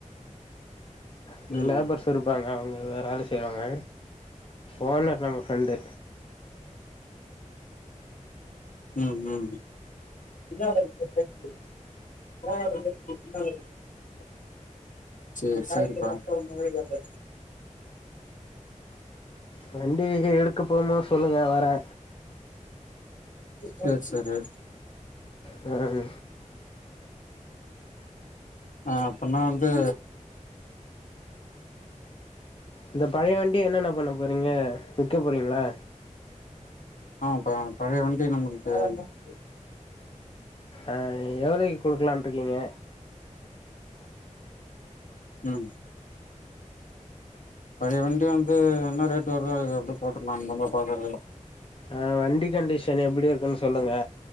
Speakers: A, on the left; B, on the left.
A: அங்க
B: ம்
A: லேபர்ஸ் இருப்பாங்க அவங்க வேற வேல செய்றவங்க ஓனர் நமக்கு ஃப்ரெண்டு
B: ம் ம் <unintelligible> சேரி சேரி பாக்குற ப்ரோ
A: வண்டி எடுக்க போம்போது சொல்லுங்க வரே
B: சேரி சேரி எடு
A: கனவு
B: ஆ அப்பின்னா வந்து
A: இந்த பழைய வண்டிய என்னண்ண பண்ண போறீங்க விக்க போறீங்களா
B: ஆப்பா பழைய வண்டி நமக்கு <unintelligible>
A: ஆ எவ்ளோக்கு குடுக்லான்ட்டு இருக்கீங்க
B: ம் பழைய வண்டி வந்து என்னா ரேட் வருதோ அதுக்கு அப்டியே போட்டுருலா <unintelligible> பாக்குறே
A: ஆ வண்டி கண்டிஷன் எப்டி இருக்குன்னு சொல்லுங்க